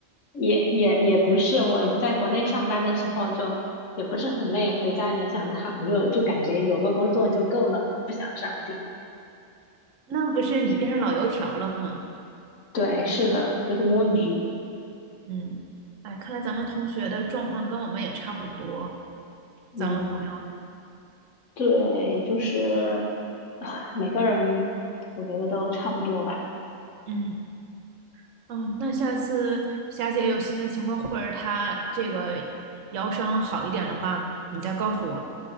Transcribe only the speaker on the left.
也也也不是，我在国内上班的时候就也不是很累，回家也想躺，就就感觉有个工作就够了，也不想上进。
对，是的，就是摸鱼。
嗯，对，就是啊每个人我觉得都差不多吧。